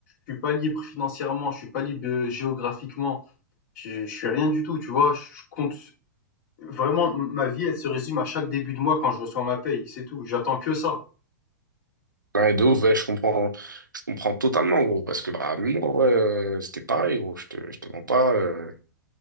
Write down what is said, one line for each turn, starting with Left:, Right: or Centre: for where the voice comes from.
Left: je suis pas libre financièrement, je suis pas libre euh, géographiquement, je, je suis rien du tout, tu vois. Je compte vraiment, ma vie, elle se résume à chaque début de mois quand je reçois ma paye, c'est tout. J'attends que ça.
Right: Ouais, de ouf, ouais, je comprends, je comprends totalement, gros, parce que bah, même moi, ouais, euh, c'était pareil, gros, je te, je te mens pas. Euh,